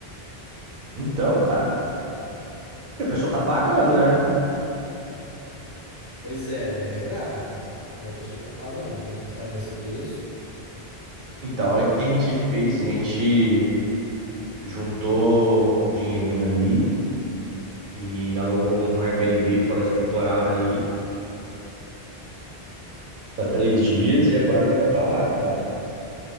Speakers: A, on the right (about 60°); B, on the left (about 30°).
A: Então, cara, a pessoa tá pagando, né?
B: Pois é, é verdade. Então o pessoal tá pagando, né? Está nesse preço.
A: Então, aí o que que a gente fez? A gente juntou um dinheirinho aí e alugou um Airbnb fora de temporada aí tá três dias e agora nós vamos pra lá, cara.